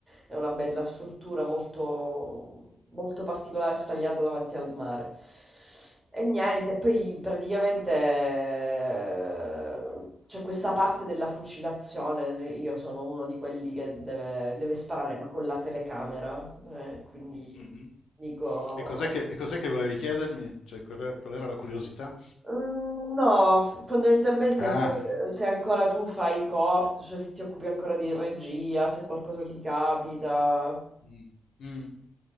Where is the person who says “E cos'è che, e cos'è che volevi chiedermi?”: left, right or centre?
Left